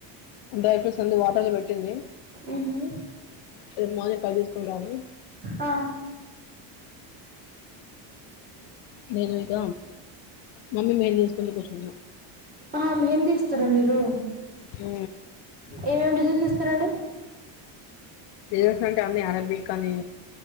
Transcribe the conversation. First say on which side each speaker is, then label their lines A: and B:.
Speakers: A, on the left; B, on the right.
A: డ్రై ఫ్రూట్స్ అన్నీ వాటర్లు పెట్టింది
B: ఉహు.
A: రేపు మార్నిగ్ కట్ తీసుకుంటాని
B: ఆ
A: నేను ఇక మమ్మీ మేము తీసుకుంటూ కూర్చున్నా
B: ఆ హెంద ఇస్తస్తారా మీరు
A: ఆ
B: ఏమేమి డిజైన్ చేస్తారంండి
A: తె అంటే అీ అరబిక్ అని